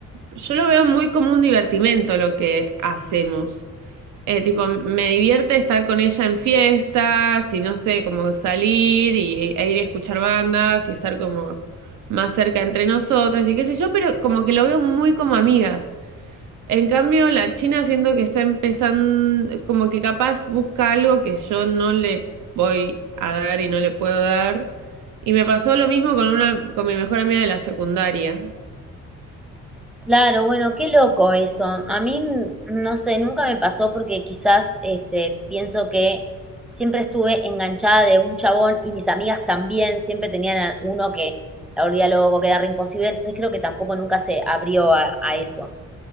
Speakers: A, on the right; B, in the centre.
A: yo lo veo muy como un divertimento lo que hacemos. Eh, tipo, me divierte estar con ella en fiestas y no sé, como salir y, e e ir a escuchar bandas y estar como más cerca entre nosotras y qué sé yo, pero como que lo veo muy como amigas. En cambio, la China siento que está empezando, como que capaz busca algo que yo no le voy a dar y no le puedo dar. Y me pasó lo mismo con una, con mi mejor amiga de la secundaria.
B: Claro, bueno, qué loco eso. A mí, n- no sé, nunca me pasó porque quizás, este, pienso que siempre estuve enganchada de un chabón y mis amigas también siempre tenían a uno que la volvía loco, que era re imposible, entonces creo que tampoco nunca se abrió a, a eso.